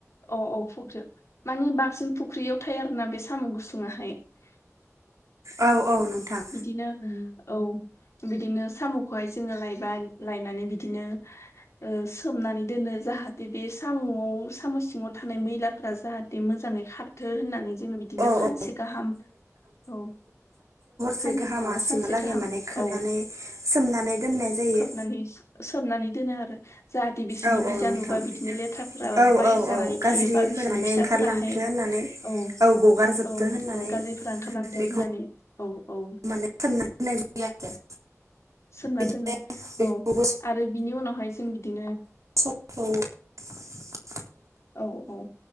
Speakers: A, on the left; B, on the right.
A: औ औ फुख्रियाव मानि बांसिन फुख्रियाव थायो आरोना बे साम' गुसुं आहाय। <unintelligible>
B: औ औ नोंथां
A: बिदिनो औ। बिदिनो साम'खौहाय जोङो लायबा लायनानै बिदिनो ओ सोमनानै दोनो जाहाथे बे साम' साम' सिङाव थानाय मैलाफोरा जाहाथे मोजाङै खारथो होननानै जोङो बिदिनो
B: औ
A: सानसे
B: औ
A: गाहाम औ। सान
B: से गाहामासिमहालागै
A: औ सानसे गाहाम
B: माने खोबनानै
A: औ
B: सोमनानै दोननाय जायो।
A: खोबनानै सोमनानै दोनो आरो जाहाथे बिसिनि
B: औ
A: बिजानु
B: औ नोंथां
A: बा बिदिनो लेथ्राफोरा
B: औ
A: बाहेर
B: औ
A: जानानै
B: औ गाज्रिफोर
A: थायोबा बिसोरनि
B: माने
A: फिसाफोराहाय
B: ओंखारलांथो होननानै
A: औ
B: गगारजोबथो
A: औ
B: होननानै
A: औ गाज्रिफोरा ओंखारथो
B: बेखौ
A: होननानै औ औ
B: माने सोमना दोन्नाय जायो आरो।
A: सोमना दोनो
B: बिदिनो बेखौबो
A: औ आरो बिनि उनावहाय जों बिदिनो
B: औ।
A: औ औ।